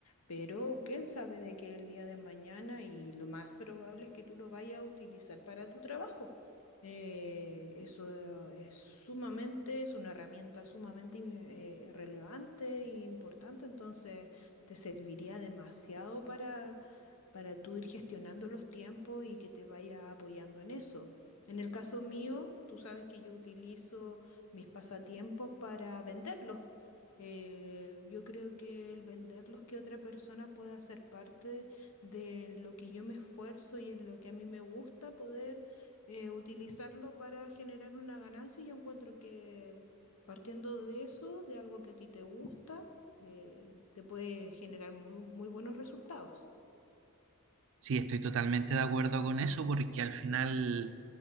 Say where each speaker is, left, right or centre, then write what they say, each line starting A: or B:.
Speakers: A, on the left (about 85°); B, on the right (about 65°).
A: pero quién sabe de qué el día de mañana y lo más probable es que tú lo vayas a utilizar para tu trabajo. Eh, eso es sumamente, es una herramienta sumamente eh, relevante e importante, entonces te serviría demasiado para tú ir gestionando los tiempos y que te vaya apoyando en eso. En el caso mío, tú sabes que yo utilizo mis pasatiempos para venderlos. Eh, yo creo que el venderlos que otra persona pueda hacer parte de lo que yo me esfuerzo y en lo que a mí me gusta poder eh, utilizarlo para generar una ganancia, yo encuentro que partiendo de eso, de algo que a ti te gusta, eh, te puede generar muy, muy buenos resultados.
B: Sí, estoy totalmente de acuerdo con eso porque al final